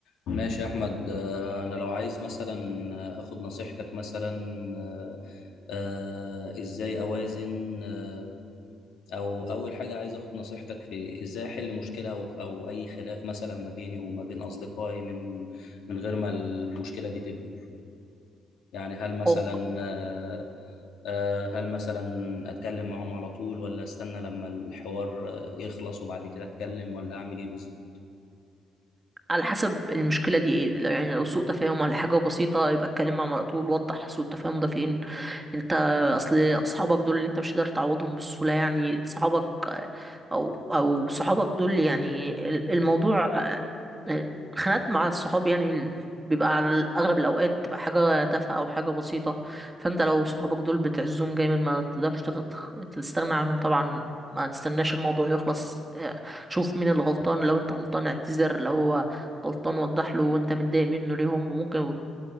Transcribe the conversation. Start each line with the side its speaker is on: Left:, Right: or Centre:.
Left: ماشي يا احمد آه، انا لو عايز مثلا آه، اخد نصيحتك مثلا آه، آه، ازاي اوازن آه، او اول حاجه عايز اخد نصيحتك في ازاي احل مشكله او او اي خلاف مثلا ما بيني وما بين اصدقائي من من غير ما المشكله دي تكبر يعني هل مثلا
Right: هو
Left: آه، آه، هل مثلا اتكلم معاهم على طول ولا استنى لما الحوار آه، يخلص وبعد كده اتكلم ولا اعمل ايه بالظبط
Right: على حسب المشكلة دي ايه يعني لو سوء تفاهم على حاجة بسيطة يبقى اتكلم مع مرة طول وضح سوء التفاهم ده فين انت اصل اصحابك دول اللي انت مش قادر تعوضهم بالسهوله يعني صحابك او او صحابك دول يعني ال- الموضوع آه، الخناقات مع الصحاب يعني ال- بيبقى على اغلب الاوقات تبقى حاجه تافهه او حاجه بسيطه فانت لو صحابك دول بتعزهم جامد ما تقدرش تغ- تستغنى عنهم طبعا ما تستناش الموضوع يخلص آه، شوف مين اللي غلطان لو انت غلطان اعتذر لو هو غلطان وضح له وانت متضايق منه ليه هم ممكن